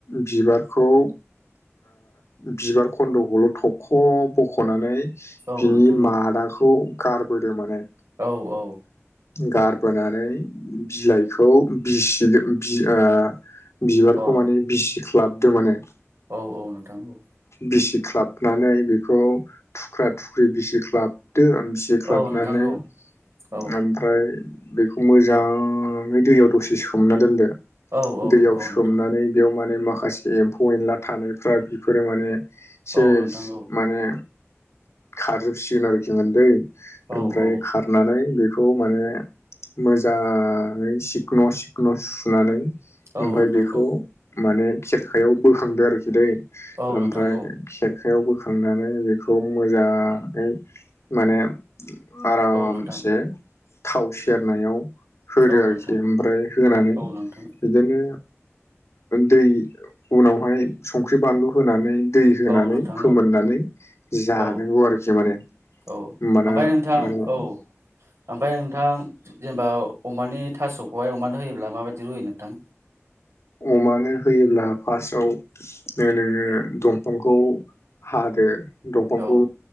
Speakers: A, on the left; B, on the right.
A: बिबारखौ बिबार आ खन्द'खौल' थखब बख'नानै
B: औ
A: बिनि
B: नोंथां
A: मादाखौ
B: औ
A: गारबोदो माने
B: औ औ
A: गारबोनानै बिलाइखौ बिसिदो बिसि ओ बिबारखौ
B: अ
A: माने बिसिख्लाबदो माने
B: औ औ नोंथां औ
A: बिसिख्लाबनानै बेखौ थुख्रा थुख्रि बिसि ख्लाबदो बिसिख्लाबनानै
B: औ नोंथां औ
A: ओम
B: औ
A: ओमफ्राय बेखौ मोजाङै दैयाव दसे सोमना दोनदो।
B: औ औ
A: दैयाव
B: औ
A: सोमनानै
B: नोंथां
A: बेयाव माने माखासे एम्फौ एनला थानायफ्रा बेफोरो माने सेस
B: औ नोंथां औ
A: माने खारजोबसिगोन आरोखि दै
B: औ
A: ओमफ्राय
B: औ
A: खारनानै बे बेखौ माने मोजाङै सिखन' सिखन' सुनानै ओमफ्राय
B: औ नोंथां
A: बेखौ
B: औ
A: माने खेरखायाव बोखांदो आरोखि दै
B: औ
A: ओमफ्राय
B: नोंथां औ
A: खेरखायाव बोखांनानै बेखौ मोजाङै माने आरामसे
B: औ नोंथां
A: थाव सेरनायाव होदो
B: औ नोंथां
A: आरोखि ओमफ्राय होनानै
B: औ नोंथां
A: बिदिनो दै उनावहाय संख्रि बानलु होनानै दै होनानै
B: औ नोंथां
A: फोमोननानै
B: औ
A: जानांगौ
B: औ
A: आरोखि माने होमबाना
B: औ ओमफ्राय नोंथां
A: माने
B: औ ओमफ्राय नोंथां जेनेबा अमानि थास'खौहाय अमानो होयोब्ला माबायदि रुयो नोंथां?
A: अमानो होयोब्ला फार्स्टआव नोङो दंफांखौ हादो दंफांखौ
B: औ